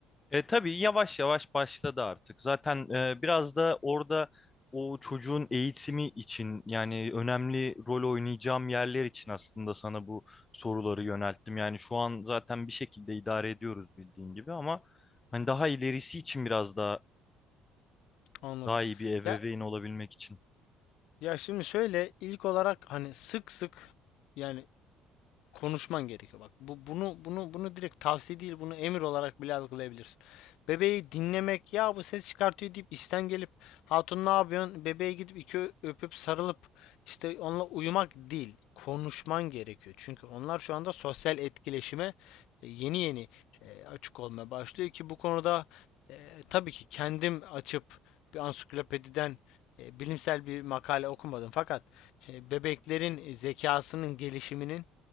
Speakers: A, on the left; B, on the left.
A: E, tabii yavaş yavaş başladı artık. Zaten e, biraz da orada o çocuğun eğitimi için yani önemli rol oynayacağım yerler için aslında sana bu soruları yönelttim. Yani şu an zaten bir şekilde idare ediyoruz bildiğin gibi ama hani daha ilerisi için biraz daha
B: Anladım.
A: daha iyi bir ebeveyn
B: Ya
A: olabilmek için.
B: ya şimdi şöyle ilk olarak hani sık sık yani konuşman gerekiyor. Bak bu bunu bunu bunu direkt tavsiye değil bunu emir olarak bile algılayabilirsin. Bebeği dinlemek ya bu ses çıkartıyor deyip işten gelip hatun ne yapıyorsun? Bebeğe gidip iki öpüp sarılıp işte onunla uyumak değil. Konuşman gerekiyor. Çünkü onlar şu anda sosyal etkileşime e, yeni yeni e, açık olmaya başlıyor ki bu konuda e, tabii ki kendim açıp bir ansiklopediden e, bilimsel bir makale okumadım fakat e, bebeklerin zekasının gelişiminin